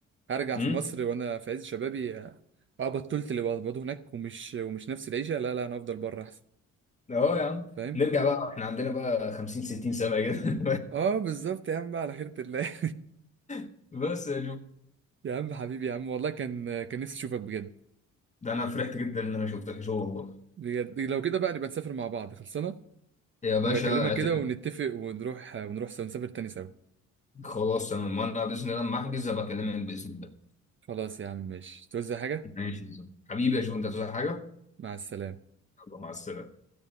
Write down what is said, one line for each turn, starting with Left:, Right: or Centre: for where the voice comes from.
Right: هرجع
Left: امم
Right: في مصر وانا في عز شبابي اه بطلت اللي بقبضه هناك ومش ومش نفس العيشة لا لا انا افضل بره احسن
Left: اه يا عم
Right: فاهم
Left: نرجع بقى احنا عندنا بقى 50 60 سنه كده
Right: اه بالظبط يا عم بقى على خيرة الله
Left: <laughs> بس يا جو
Right: <laughs> يا عم حبيبي يا عم والله كان كان نفسي اشوفك بجد
Left: ده انا فرحت جدا ان انا شفتك شو والله
Right: بجد لو كده بقى نبقى نسافر مع بعض خلصنا
Left: يا باشا
Right: نبقى اكلمك
Left: اعتمد
Right: كده ونتفق ونروح ونروح سوا نسافر تاني سوا
Left: خلاص تمام وانا باذن الله لما احجز ابقى اكلمك باذن الله
Right: خلاص يا عم ماشي توزع حاجة
Left: ماشي يا زلمة. حبيبي يا جو انت عايز حاجه
Right: مع السلامة
Left: يلا مع السلامه